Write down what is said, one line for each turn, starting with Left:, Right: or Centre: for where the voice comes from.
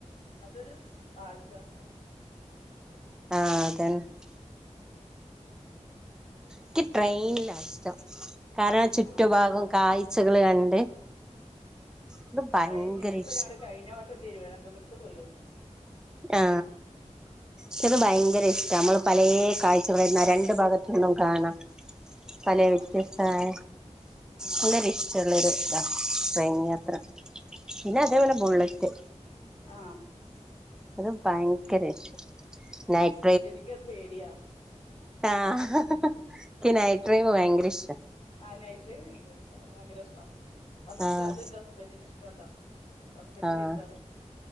Left: അതൊരു ആശ്വാസം
Centre: അതന്നെ എനിക്ക് ട്രെയിനിലാ ഇഷ്ടം കാരണം ചുറ്റു
Left: ആ
Centre: ഭാഗം കാഴ്ചകള് കണ്ട് ഇത് ഭയങ്കര
Left: ട്രെയിനില് ഇപ്പ
Centre: ഇഷ്
Left: ഞങ്ങള് കഴിഞ്ഞ വർഷം തിരുവനന്തപുരത്ത് പോയി വന്നു
Centre: ആ പക്ഷെ ഭയങ്കര ഇഷ്ട നമ്മള് പലേ കാഴ്ചകളും രണ്ടു ഭാഗത്ത്ന്നും കാണാം
Left: ആ
Centre: പല വ്യത്യസ്തമായ
Left: ആ
Centre: വളരെ ഇഷ്ടമുള്ളൊരു ഇതാ ട്രെയിൻ യാത്ര പിന്നെ അതേപോലെ ബുള്ളറ്റ്
Left: ആ
Centre: അത് ഭയങ്കര ഇഷ്ട നൈറ്റ്
Left: എനിക്കത് പേടിയാ
Centre: ആ എനിക്ക് നൈറ്റ്‌ ഡ്രൈവ് ഭയങ്കര ഇഷ്ട
Left: ആ നൈറ്റ് ഡ്രൈവ് എനിക്കിഷ്ട ഭയങ്കര ഇഷ്ട പക്ഷെ
Centre: ആഹ്
Left: അത് എന്റെ ഹസ്ബൻഡിന് ഇഷ്ടല്ല ഹസ്ബൻഡ്
Centre: ആഹ്
Left: ചീത്ത പറയും